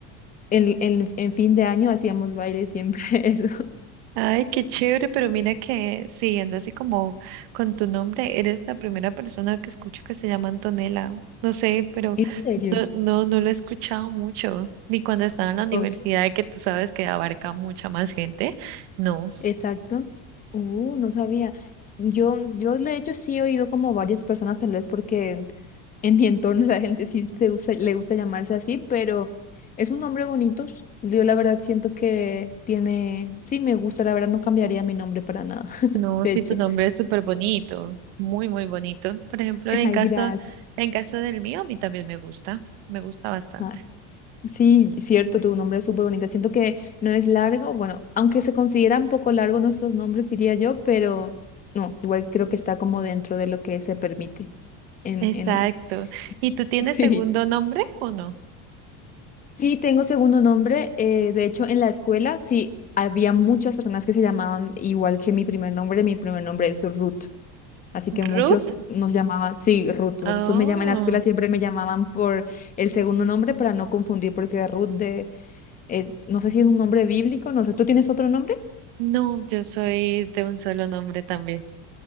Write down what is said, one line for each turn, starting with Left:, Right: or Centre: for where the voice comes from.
Left: el- el en fin de año hacíamos baile siempre <laughs> eso.
Right: Ay, qué chévere, pero mira que siguiendo así como con tu nombre, eres la primera persona que escucho que se llama Antonella. No sé, pero
Left: ¿En serio?
Right: no, no, no lo he escuchado mucho, ni cuando estaba en la universidad,
Left: Ok,
Right: que tú sabes que abarca mucha más gente. No,
Left: exacto. Uh, no sabía. Yo, yo de hecho sí he oído como varias personas, tal vez porque en mi entorno la gente sí se usa- le gusta llamarse así, pero es un nombre bonito. Yo la verdad siento que tiene, sí me gusta, la verdad no cambiaría mi nombre para nada, <laughs>
Right: no,
Left: de
Right: sí,
Left: hecho.
Right: tu nombre es súper bonito, muy, muy bonito. Por ejemplo, en
Left: Ay,
Right: caso,
Left: gracias.
Right: en caso del mío, a mí también me gusta, me gusta bastante.
Left: Ah, es- sí, cierto, tu nombre es súper bonito. Siento que no es largo, bueno, aunque se considera un poco largo nuestros nombres, diría yo, pero no, igual creo que está como dentro de lo que se permite. En,
Right: Exacto.
Left: en... <laughs>
Right: ¿Y tú tienes
Left: Sí,
Right: segundo nombre o no?
Left: sí, tengo segundo nombre. eh, de hecho, en la escuela sí había muchas personas que se llamaban igual que mi primer nombre. Mi primer nombre es Ruth, así que muchos
Right: Ruth.
Left: nos llamaban, sí, Ruth. Entonces
Right: Oh.
Left: me llaman, en la escuela siempre me llamaban por el segundo nombre para no confundir, porque Ruth de Es, no sé si es un nombre bíblico, no sé, ¿tú tienes otro nombre?
Right: No, yo soy de un solo nombre también.